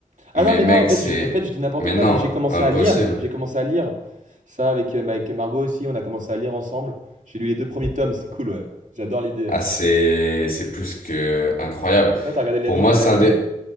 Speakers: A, on the right; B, on the left.
A: Ah
B: mais
A: non, mais
B: mec,
A: non, en fait,
B: c'est,
A: je, en fait, je dis n'importe
B: mais
A: quoi,
B: non,
A: mais j'ai commencé
B: impossible.
A: à lire. J'ai commencé à lire ça avec, euh, avec Margot aussi. On a commencé à lire ensemble. J'ai lu les deux premiers tomes, c'est cool, ouais. J'adore l'idée. euh.
B: Ah, c'est, c'est plus que incroyable.
A: Et toi, t'as regardé l'anime,
B: Pour moi, c'est
A: l'animé?
B: un des,